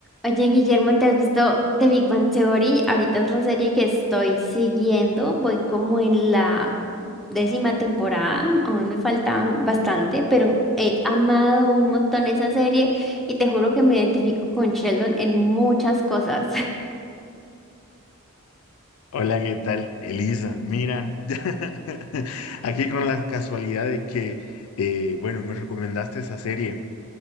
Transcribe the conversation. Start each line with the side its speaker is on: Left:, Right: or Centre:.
Centre: Oye, Guillermo, ¿te has visto The Big Bang Theory? Ahorita es la serie que estoy siguiendo. Voy como en la décima temporada. Aún me falta bastante, pero he amado un montón esa serie y te juro que me identifico con Sheldon en muchas cosas. <laughs>
Left: Hola, ¿qué tal? Elisa, mira, <laughs> aquí con la casualidad de que, eh, bueno, me recomendaste esa serie